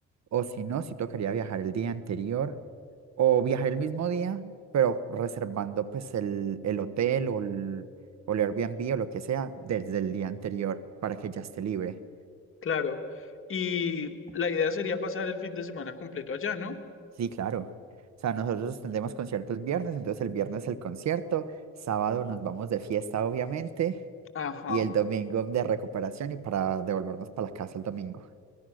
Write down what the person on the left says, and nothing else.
claro. Y la idea sería pasar el fin de semana completo allá, ¿no?
Ajá,